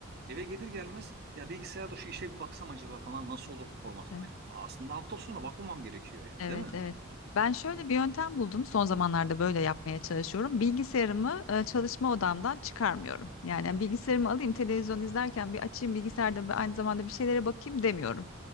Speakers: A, on the right; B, on the left.
A: Eve gelir gelmez ya bilgisayarda şu işe bir baksam acaba falan nasıl olur formatındayım.
B: evet.
A: Aslında hafta sonu bakmamam gerekiyor yani
B: Evet,
A: değil mi?
B: evet. Ben şöyle bir yöntem buldum. Son zamanlarda böyle yapmaya çalışıyorum. Bilgisayarımı e, çalışma odamdan çıkarmıyorum. Yani hani, bilgisayarımı alayım televizyon izlerken bir açayım bilgisayarda bir aynı zamanda bir şeylere bakayım demiyorum.